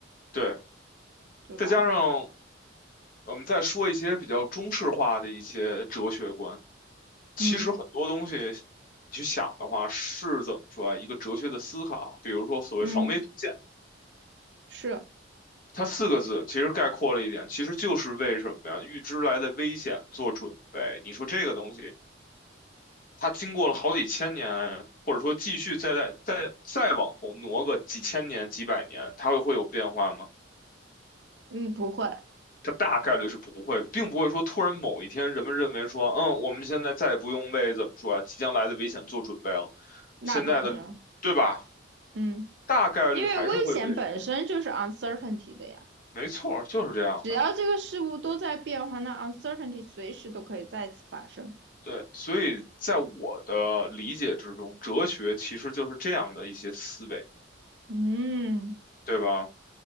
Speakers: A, on the left; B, on the right.
A: 对，
B: 对吧？
A: 再加上我们再说一些比较中式化的一些哲学观。其实很多东西
B: 嗯
A: 去想的话，是怎么说啊？一个哲学的思考，比如说所谓防微杜渐，
B: 嗯，是，
A: 它四个字其实概括了一点，其实就是为什么呀？预知来的危险做准备。你说这个东西，它经过了好几千年，或者说继续再再再再往后挪个几千年、几百年，它会有变化吗？
B: 嗯，不会，
A: 它大概率是不会的，并不会说突然某一天人们认为说，嗯，我们现在再也不用为怎么说啊，即将来的危险做准备了。
B: 那不可能，
A: 现在的，对吧？
B: 嗯，
A: 大概率还是会维持，
B: 因为危险本身就是 uncertainty 的呀。
A: 没错儿，就是这样的。
B: 只要这个事物都在变化，那 uncertainty 随时都可以再次发生。
A: 对，所以在我的理解之中，哲学其实就是这样的一些思维，
B: 嗯
A: 对吧？